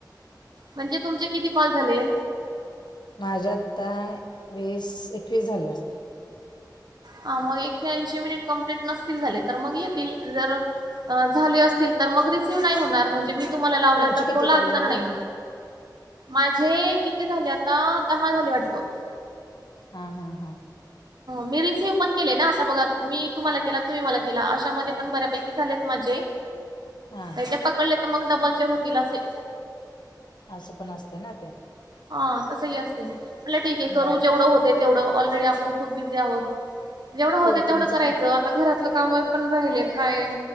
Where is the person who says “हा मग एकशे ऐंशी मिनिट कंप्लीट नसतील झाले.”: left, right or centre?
Right